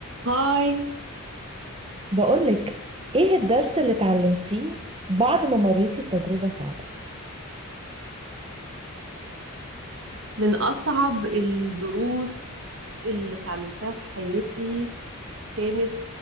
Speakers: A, on the right; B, on the right.
A: هاي
B: بقولك ايه الدرس اللي اتعلمتيه بعد ما مريتي بتجربة صعبة
A: من أصعب الدروس اللي اتعلمتها في حياتي كانت